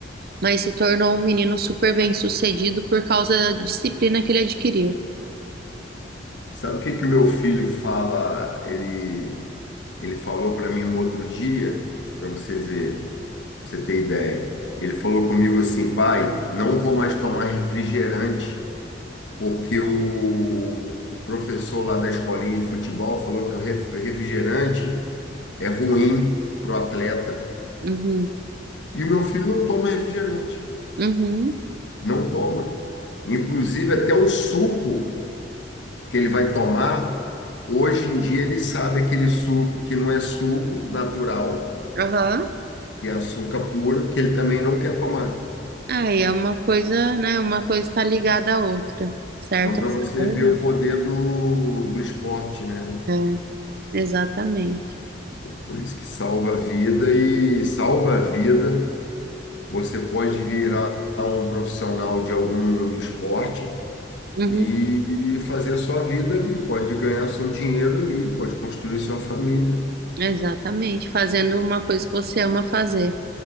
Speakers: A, on the right; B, on the left.
A: mas se tornou um menino super bem-sucedido por causa da disciplina que ele adquiriu.
B: Sabe o que que o meu filho fala? Ele, ele falou para mim um outro dia, para você ver, pra você ter ideia. Ele falou comigo assim, pai, não vou mais tomar refrigerante, porque o, o professor lá da escolinha de futebol falou que o ref- refrigerante é ruim para o atleta.
A: Uhum,
B: E o meu filho não toma refrigerante,
A: uhum,
B: não toma. Inclusive, até o suco que ele vai tomar, hoje em dia ele sabe aquele suco que não é suco natural,
A: aham.
B: que é açúcar puro, que ele também não quer tomar.
A: Aí é uma coisa, né? Uma coisa está ligada à outra, certo?
B: Então, para
A: A
B: você
A: saúde,
B: ver o poder do, do esporte, né?
A: É, exatamente.
B: Por isso que salva a vida e salva a vida. Você pode virar um profissional de algum esporte
A: Uhum,
B: e fazer a sua vida ali, pode ganhar seu dinheiro ali, pode construir sua família,
A: exatamente. Fazendo uma coisa que você ama fazer.